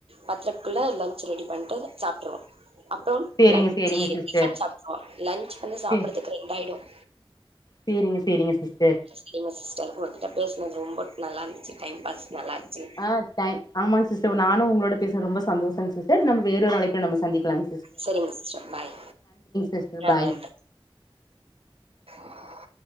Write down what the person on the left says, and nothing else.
சேரிங்க
சேரிங்க சிஸ்டர்
சே
சேரிங்க சேரிங்க சிஸ்
ஆ தங் ஆமாங் சிஸ்டர் நானு உங்களோட பேஸ்னது ரொம்ப சந்தோஷங் சிஸ்டர் நம்ம வேற ஒரு அழைப்புல நம்ம சந்திக்கலாங்
சிஸ்டர்
பாய்